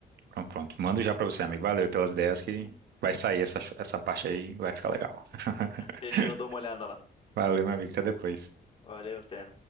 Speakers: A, on the right (about 80°); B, on the left (about 35°).
A: pronto, pronto. Mando já pra você, amigo. Valeu pelas ideias que
B: Uhum.
A: vai sair essa, essa parte aí, vai ficar legal. <laughs>
B: Fechou, eu dou uma olhada lá.
A: Valeu, meu amigo. Até depois.
B: Valeu, até.